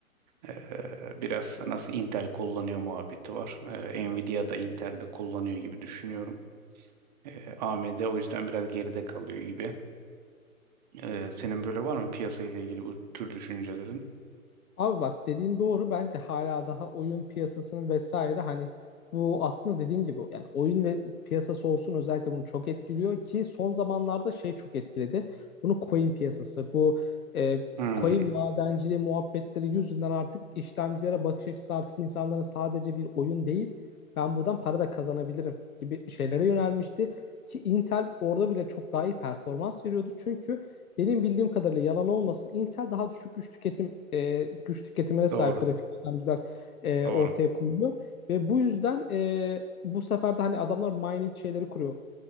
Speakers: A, on the right (about 30°); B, on the left (about 80°).
A: Ee, biraz nasıl Intel kullanıyor muhabbeti var. Ee, Nvidia da Intel'de kullanıyor gibi düşünüyorum. Ee, AMD o yüzden biraz geride kalıyor gibi. Ee, senin böyle var mı piyasa ile ilgili bu tür düşüncelerin?
B: Abi bak dediğin doğru. Bence hala daha oyun piyasasının vesaire hani bu aslında dediğin gibi yani oyun ve piyasası olsun özellikle bunu çok etkiliyor ki son zamanlarda şey çok etkiledi. Bunu coin piyasası bu e,
A: Hmm,
B: coin madenciliği muhabbetleri yüzünden artık işlemcilere bakış açısı artık insanların sadece bir oyun değil ben buradan para da kazanabilirim gibi şeylere yönelmişti. Ki Intel orada bile çok daha iyi performans veriyordu. Çünkü benim bildiğim kadarıyla yalan olmasın. Intel daha düşük güç tüketim e, güç tüketimine sahip
A: doğru,
B: grafik işlemciler e,
A: doğru.
B: ortaya koyuyor ve bu yüzden e, bu sefer de hani adamlar mining şeyleri kuruyor